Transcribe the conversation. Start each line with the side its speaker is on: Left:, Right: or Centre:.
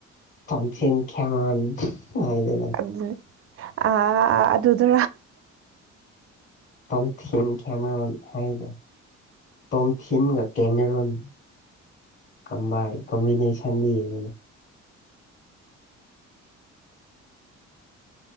Left: ꯇꯣꯝꯊꯤꯟ ꯀꯦꯃꯦꯔꯨꯟ ꯍꯥꯏꯗꯅ
Right: ꯑꯗꯨ ꯑ ꯑꯗꯨꯗꯤ
Left: ꯇꯣꯝꯐꯤꯟ ꯀꯦꯃꯦꯔꯨꯟ ꯍꯥꯏꯗꯣ ꯇꯣꯝꯊꯤꯟꯒ ꯀꯦꯃꯦꯔꯨꯟ ꯀꯝꯕꯥꯏ ꯀꯝꯃꯨꯅꯁꯟꯗ ꯌꯦꯡꯉꯨꯅꯦ